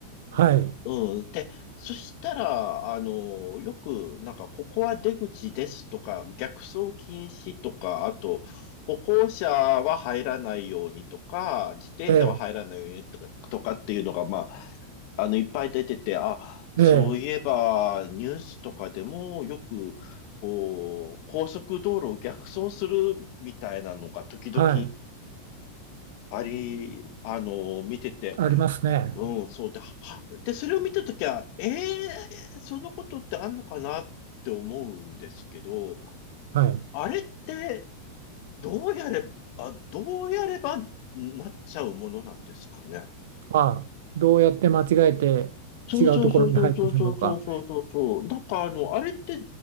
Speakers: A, on the right; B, on the left.
A: はい、
B: うん。で、そしたら、あの、よく、なんか、ここは出口ですとか、逆走禁止とか、あと、歩行者は入らないようにとか、自転車は入らないようにとか、
A: ええ、
B: とかっていうのが、まあ、あの、いっぱい出てて、あ、そういえば、
A: ええ、
B: ニュースとかでも、よく、こう、高速道路を逆走するみたいなのが、時々、
A: はい、
B: あり、あの、見てて、
A: ありますね。
B: うん、そうで、は、で、それを見たときは、ええーそんなことってあんのかなって思うんですけど、
A: はい。
B: あれって、どうやれば、どうやればなっちゃうものなんですかね。
A: ああ、どうやって間違えて違うところに入ってしまうか。
B: そうそうそうそうそうそうそうそうそうそう。なんかあの、あれって、